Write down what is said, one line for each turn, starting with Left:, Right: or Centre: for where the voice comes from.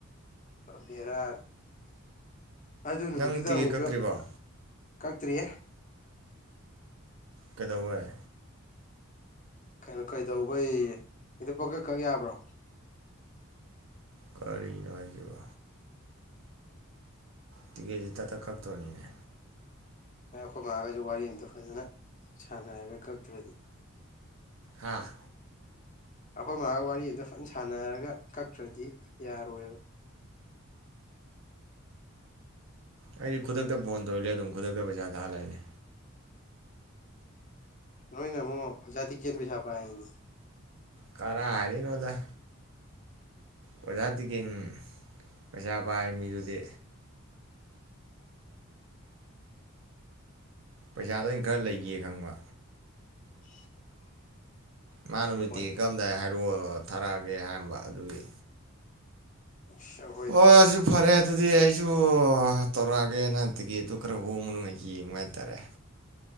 Left: ꯕꯦꯔꯥꯅꯤ ꯑꯗꯨ ꯅꯨꯃꯤꯠꯇꯨꯗ
Right: ꯅꯪ ꯇꯤꯀꯦꯠ
Left: ꯑꯃꯨꯛꯁꯨ
Right: ꯀꯛꯇ꯭ꯔꯤꯕꯣ
Left: ꯀꯥꯛꯇ꯭ꯔꯤꯌꯦ
Right: ꯀꯩꯗꯧꯕꯩ
Left: ꯀꯩꯅꯣ ꯀꯩꯗꯧꯕꯩ ꯌꯦ ꯍꯦꯛꯇ ꯄꯪꯀꯛ ꯀꯛ ꯌꯥꯕ꯭ꯔꯣ
Right: ꯀꯔꯤꯅꯣ ꯍꯥꯏꯖꯤꯕꯣ ꯇꯤꯀꯦꯠꯁꯤ ꯊꯛ ꯇꯛ ꯀꯛꯇꯣꯅꯤꯅꯦ
Left: ꯑꯩꯈꯣꯏ ꯃꯥꯑꯒꯁꯨ ꯋꯥꯔꯤ ꯑꯝꯇ ꯐꯖꯅ ꯁꯥꯟꯅꯔꯒ ꯀꯛꯇ꯭ꯔꯗꯤ
Right: ꯍꯥꯥ
Left: ꯑꯩꯈꯣꯏ ꯃꯥꯒ ꯋꯥꯔꯤ ꯑꯗ ꯐꯖꯅ ꯁꯥꯟꯅꯔꯒ ꯀꯛꯇ꯭ꯔꯗꯤ ꯌꯥꯔꯣꯏꯕ
Right: ꯑꯩꯗꯤ ꯈꯨꯗꯛꯇ ꯐꯣꯟ ꯇꯧꯔꯤꯂꯦ ꯑꯗꯨꯝ ꯈꯨꯗꯛꯇ ꯄꯩꯁꯥ ꯊꯥꯍꯜꯂꯛꯏꯅꯦ
Left: ꯅꯣꯏꯅ ꯑꯃꯨꯛ <unintelligible> ꯄꯩꯁꯥ ꯄꯥꯏꯅ
Right: ꯀꯔꯥꯏꯗꯩꯅꯣꯗ ꯑꯣꯖꯥ ꯇꯤꯀꯦꯟ ꯄꯩꯁꯥ ꯄꯥꯏ ꯃꯤꯗꯨꯗꯤ ꯄꯩꯁꯥꯗꯣ ꯑꯩꯅ ꯈꯔ ꯂꯩꯒꯤ ꯈꯪꯕ꯫
Left: <inaudible>
Right: ꯃꯥꯅ
Left: ꯑꯩꯈꯣꯏꯗꯤ
Right: ꯇꯤꯀꯦꯠ ꯀꯛꯑꯝꯗꯥꯏ ꯍꯥꯏꯕ꯫ ꯔꯣ ꯊꯥꯔꯛꯑꯒꯦ ꯍꯥꯏꯔꯝꯕ ꯑꯗꯨꯒꯤ
Left: ꯑꯁ ꯑꯩꯈꯣꯏꯗꯤ
Right: ꯍꯣ ꯑꯥꯖꯨ ꯐꯔꯦ ꯗꯨꯗꯤ ꯑꯩꯁꯨ ꯑ ꯇꯧꯔꯛꯑꯒꯦ ꯅ ꯈꯤꯀꯦꯠꯗꯨ ꯈꯔ ꯍꯣꯡꯕ ꯅꯨꯡꯉꯥꯏ ꯌꯦꯡꯕ ꯍꯥꯏꯇꯥꯔꯦ